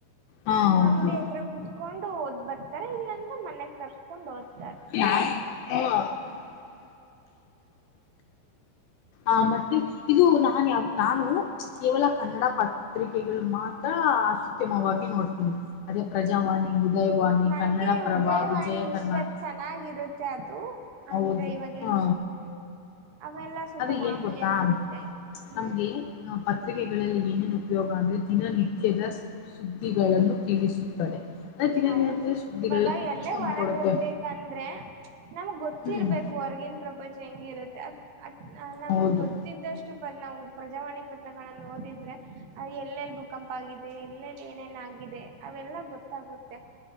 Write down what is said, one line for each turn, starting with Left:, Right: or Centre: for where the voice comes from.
Left: ಹಾ ಹೌದು
Right: ಅಂಗ್ಡಿ ಹತ್ರ ಕುೂತ್ಕೊಂಡು ಓದ್ ಬರ್ತಾರ ಇಲ್ಲಾಂದ್ರೆ ಮನ್ಯಾಗಗ್ ತರ್ಸ್ಕೊಂಡು ಓದ್ತ
Left: ಹ ಆ ಮತ್ತೆ ಇದು ನಾನು ಯಾವ ನಾನು ಕೇವಲ ಕನ್ನಡ ಪತ್ರಿಕೆ ಇಲ್ ಮಾತ್ರ ಆಸ ಉತ್ತಮವಾಗಿ ನೋಡ್ತೀನಿ ಅದೇ ಪ್ರಜಾವಾಣಿ ಉದಯವಾಣಿ
Right: ನನ್ಗೆ
Left: ಕನ್ನಡಪ್ರಭ
Right: ಉದಯವಾಣಿ
Left: ವಿಜಯ ಕರ್ನಾಟಕ
Right: ಇಷ್ಟ ಚೆನ್ನಾಗಿರುತ್ತೆ ಅದು
Left: ಹೌದು
Right: ಅಂದ್ರೆ ಇವಾಗೆಲ್ಲ
Left: ಹಾ
Right: ಹ್ಮ್ ಅವೆಲ್ಲ ಸ್ವಲ್ಪ
Left: ಅದ
Right: ಮಾಮೂಲಿ
Left: ಏನ್ ಗೊತ್ತಾ
Right: ಆಗಿರುತ್ತೆ ಹ್ಮ್
Left: ನಮ್ಗೆ ಪತ್ರಿಕೆಗಳಲ್ಲಿ ಏನೇನು ಉಪಯೋಗ ಅಂದರೆ ದಿನನಿತ್ಯದ ಸುದ್ದಿಗಳನ್ನು ತಿಳಿಸುತ್ತದೆ ಅಂದ್ರೆ ದಿನನಿತ್ಯದ
Right: ಹೌದು
Left: ಸುದ್ದಿಗಳು
Right: ಇವಾಗ ಎಲ್ಲ
Left: ನಮ್ಗ್
Right: ಹೊರಗ್
Left: ಕೊಡುತ್ತೆ
Right: ಹೋಗ್ಬೇಕಂದ್ರೆ ನಮ್ಗ್ ಗೊತ್ತಿರ್ಬೇಕು
Left: ಹ್ಮ್
Right: ಹೊರ್ಗಿನ ಪ್ರಪಂಚ ಹೆಂಗಿರತ್ತೆ ಅ ನಮಗೆ
Left: ಹೌದು
Right: ಗೊತ್ತಿದ್ದಷ್ಟು ಪ ನಾವು ಪ್ರಜಾವಾಣಿ ಪತ್ರಗಳನ್ನು ಓದಿದ್ರೆ ಎಲ್ಲೆಲ್ಲಿ ಭೂಕಂಪ ಆಗಿದೆ ಎಲ್ಲೆಲ್ಲಿ ಏನೇನ್ ಆದೆ ಎಲ್ಲ ಗೊತ್ತಾಗುತ್ತೆ